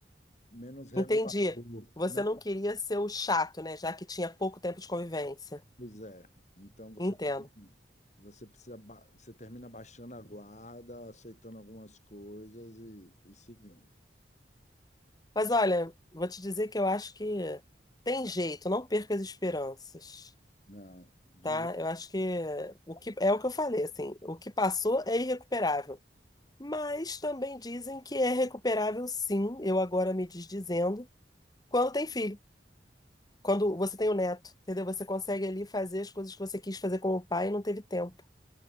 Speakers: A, on the left (about 40°); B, on the left (about 20°).
A: menos regulador,
B: Entendi. Você
A: né?
B: não queria ser o chato, né? Já que tinha pouco tempo de convivência.
A: Pois é. Então você
B: Entendo.
A: tem- você precisa ba- você termina baixando a guarda, aceitando algumas coisas e, e seguindo.
B: Mas olha, vou te dizer que eu acho que tem jeito, não perca as esperanças,
A: Não, de,
B: tá?
A: je-
B: Eu acho que o que é o que eu falei, assim, o que passou é irrecuperável. Mas também dizem que é recuperável, sim. Eu agora me desdizendo quando tem filho. quando você tem o neto, entendeu? Você consegue ali fazer as coisas que você quis fazer com o pai e não teve tempo,